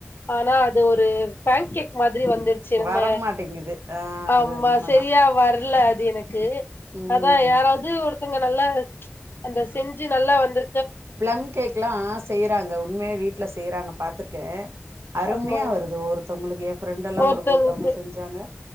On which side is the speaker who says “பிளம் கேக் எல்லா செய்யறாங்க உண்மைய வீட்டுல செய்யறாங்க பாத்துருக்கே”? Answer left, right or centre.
Right